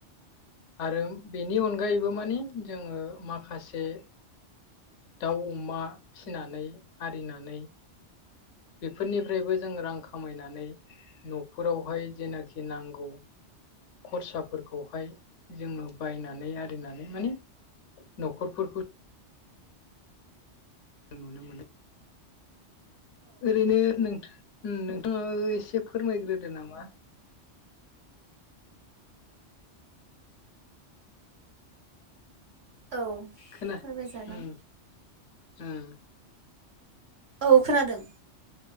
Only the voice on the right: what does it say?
औ
फोरमाय जागोन
औ खोनादों